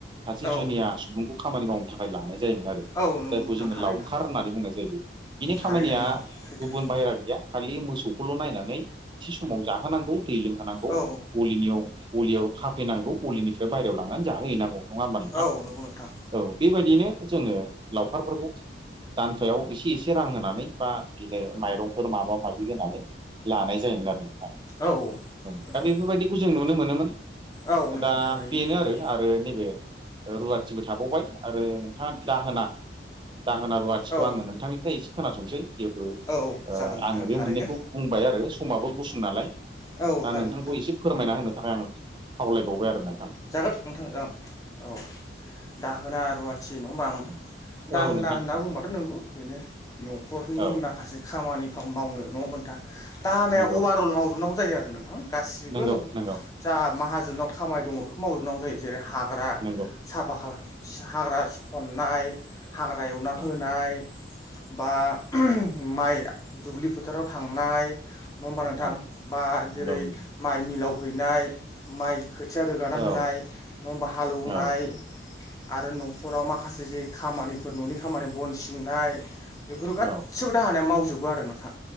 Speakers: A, on the right; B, on the left.
A: सासे
B: औ
A: जुनिया सुबुंखौ खामानि मावनो थाखाय लानाय जायोमोन आरो।
B: औ नंगौ
A: जायखौ
B: नोंथां
A: जोङो
B: थारैनो
A: लावखार होननानै बुंनाय जायो‌। बिनि
B: थारैनो
A: खामानिया
B: नोंथां सैथो
A: गुबुन बाहेरा गैया खालि मोसौ खौल' नायनानै थि समाव जाहोनांगौ दै लोंहोनांगौ
B: औ
A: गलिनियाव गलियाव खाफैनांगौ गलिनिफ्राय बाहेरायाव लांनानै जाहो हैैनांगौ नङा होमबा नोंथां?
B: औ नंगौ नोंथां
A: औ बेबायदि नो जोङो लावखारफोरखौ दानफायाव एसे एसे रां होनानै बा बिदिनो माइरंफोर माबा माबि होनानै लानाय जायोमोन आरो।
B: औ
A: औ
B: नोंथां
A: दा बेफोरबायदिखौ जों नुनो मोनोमोन
B: औ नोंथां
A: दा
B: थारैनो
A: बेनो
B: सैथो
A: आरो आरो नैबे रुवाथिबो थाबावबाय आरो नोंथाङा दाहोना दाहोना रुवाथिखौ
B: औ
A: आङो नोंथांनिफ्राय एसे खोनासंसै। जिहेथु
B: औ
A: ओ
B: जागोन नोंथां
A: आङो बे
B: थारैनो
A: मोननैखौ बुंबाय आरो समाबो गुसुं नालाय
B: औ
A: दा
B: थारैनो
A: नोंथांखौ
B: नोंथां
A: एसे फोरमायना होनो थाखाय आं खावलायबावबाय आरो नोंथां।
B: जागोन नोंथां जागोन औ दाहोना रुवाथि नङा होमबा आं दाहोना
A: औ नोंथां
B: होनना बुंबाथ' नंगौ बेनो न'खरनि
A: औ
B: माखासे खामानि फोर मावनो नङा होमबा नोंथां? दाहानाया
A: नंगौ
B: अभारअल मावजोबनांगौ जायो आरो नोंथां। गासिबो
A: नंगौ
B: न'
A: नंगौ
B: जा माहाजोनाव खामानि दङ' बेखौ मावजोबनांगौ जायो जेरै हा ग्रा
A: नंगौ
B: साफा खाला, हाग्रा सननाय हाग्रा एवना होनाय
A: औ
B: बा माइ दुब्लि फोथाराव थांनाय नङा होमबा नोंथां
A: औ
B: बा
A: नंगौ
B: जेरै
A: नंगौ
B: माइ मिलाव हैनाय माइ खोथिया रोगाना होनाय
A: औ
B: नङा होमबा हालौवनाय
A: औ
B: आरो न'फोराव माखासे जे खामानिफोर न'नि खामानि बन सिननाय बेफोर गासिबो
A: औ
B: दाहोनाया मावजोबो आरो नोंथां।